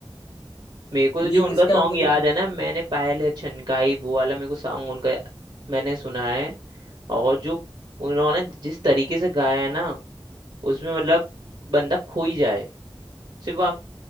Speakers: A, on the right; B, on the left.
A: मेरे को जो
B: ये
A: उनका
B: किसका
A: सॉन्ग
B: है मुझे
A: याद
B: खुद
A: है ना
B: को पता-
A: मैंने पायल है छनकाई वो वाला मेरे को सॉन्ग उनका मैंने सुना है और जो उन्होंने जिस तरीके से गाया है ना उसमें मतलब बंदा खो ही जाए सिर्फ आप